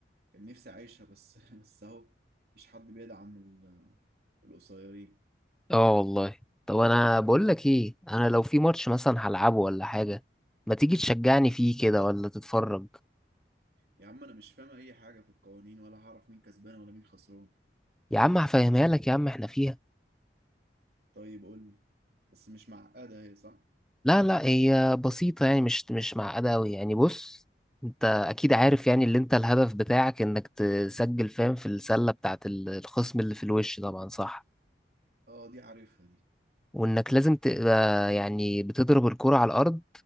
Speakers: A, on the right; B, in the centre.
A: كان نفسي أعيشها بس <laughs> بس أهو مفيش حد بيدعم ال- القصيرين
B: اه والله طب انا بقول لك ايه انا لو في ماتش مثلا هلعبه ولا حاجه ما تيجي تشجعني فيه كده ولا تتفرج
A: يا عم أنا مش فاهم أي حاجة في القوانين ولا هعرف مين كسبان ولا مين خسران
B: يا عم هفهمها لك يا عم احنا فيها
A: طيب قول لي بس مش معقدة هي صح؟
B: لا لا هي بسيطه يعني مش مش معقده قوي يعني بص انت اكيد عارف يعني اللي انت الهدف بتاعك انك تسجل فاهم في السله بتاعت ال- الخصم اللي في الوش طبعا صح
A: اه دي عارفها دي
B: وانك لازم تبقى يعني بتضرب الكره على الارض